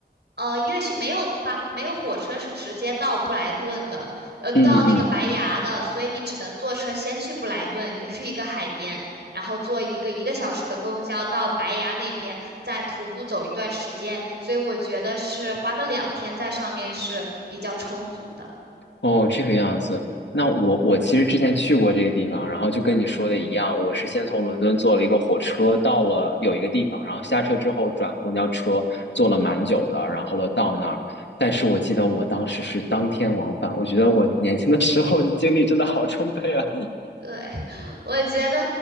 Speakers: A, on the right; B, on the left.
A: 呃，因为是没有巴没有火车是直接到布莱顿的。呃，到那个白崖的，
B: 嗯嗯。
A: 所以你只能坐车先去布莱顿，也是一个海边，然后坐一个一个小时的公交到白崖那边，再徒步走一段时间。所以我觉得是花个两天在上面是比较充足的。
B: 哦，这个样子。那我我其实之前去过这个地方，然后就跟你说的一样，我是先从伦敦坐了一个火车到了有一个地方，然后下车之后转公交车，坐了蛮久的，然后了到那儿。但是我记得我当时是当天往返，我觉得我年轻的时候的经历真的好充沛啊。<laughs>
A: 对，<laughs> 我觉得，